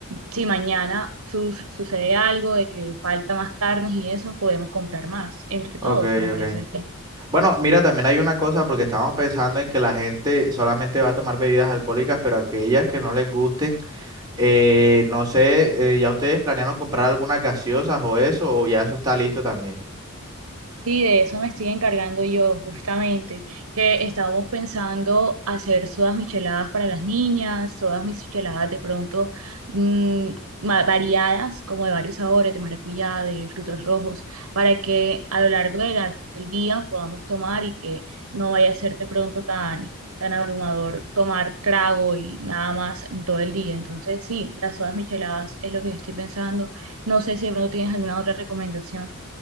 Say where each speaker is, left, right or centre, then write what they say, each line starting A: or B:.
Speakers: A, on the right (about 80°); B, on the right (about 20°).
A: si mañana su- sucede algo de que falta más carnes y eso, podemos comprar más, entre
B: Ok,
A: todos, me parece
B: ok.
A: bien.
B: Bueno, mira, también hay una cosa porque estábamos pensando en que la gente solamente va a tomar bebidas alcohólicas, pero aquellas que no les gusten. Eh, no sé, eh, ¿ya ustedes planearon comprar algunas gaseosas o eso, o ya eso está listo también?
A: Sí, de eso me estoy encargando yo, justamente, que estábamos pensando hacer sodas micheladas para las niñas, sodas micheladas de pronto mm, ma- variadas, como de varios sabores, de maracuyá, de frutos rojos, para que a lo largo de la- del día podamos tomar y que no vaya a ser de pronto tan, tan abrumador tomar trago y nada más en todo el día. Entonces, sí, las sodas micheladas es lo que estoy pensando. No sé si de pronto tienes alguna otra recomendación.